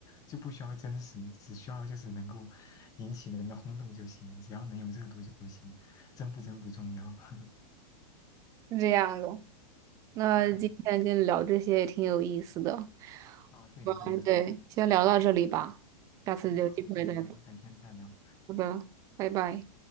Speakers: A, on the left; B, on the right.
A: 就不需要真实，只需要就是能够引起人的轰动就行，只要能有热度就行，真不真不重要。<laughs>
B: 是这样的。那今天就聊这些也挺有意思的。
A: 嗯，啊，对的对的，
B: 嗯，对，先聊到这里吧，下次有机会再聊。
A: 嗯，好，那我们改天再聊，
B: 好的，拜拜。